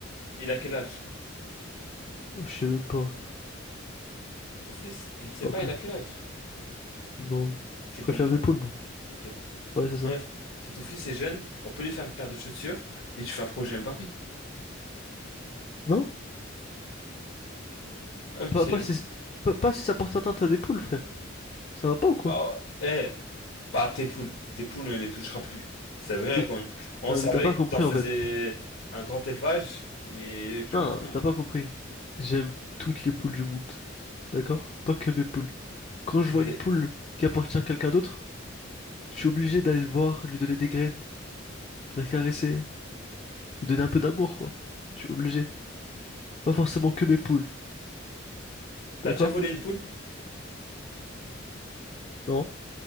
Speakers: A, on the left (about 80°); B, on the left (about 30°).
A: Il a quel âge?
B: Je sais même pas.
A: Ton fils, tu ne sais
B: Pas
A: pas,
B: plus.
A: il a quel âge?
B: Non.
A: C'est
B: Je
A: pas
B: préfère
A: une poule.
B: mes poules, moi.
A: Ok.
B: Ouais, c'est ça.
A: Bref, si ton fils est jeune, on peut lui faire une paire de chaussures et tu fais un projet Mbappé.
B: Non?
A: Ok.
B: Pas, pas si, pas, pas si ça porte atteinte à des poules, frère. Ça va pas ou quoi?
A: Oh, eh, pas tes poules. Tes poules, on les touchera plus. C'est vrai
B: Mais,
A: qu'on on
B: non,
A: savait
B: mais t'as pas
A: que
B: compris
A: t'en faisais
B: en fait.
A: un grand élevage, mais plus
B: Non,
A: maintenant.
B: t'as pas compris. J'aime toutes les poules du monde. D'accord? Pas que mes poules. Quand je
A: T'es-
B: vois une poule qui appartient à quelqu'un d'autre, je suis obligé d'aller le voir, lui donner des graines, la caresser, lui donner un peu d'amour, quoi. Je suis obligé. Pas forcément que mes poules.
A: T'as
B: D'accord?
A: déjà volé une poule?
B: Non,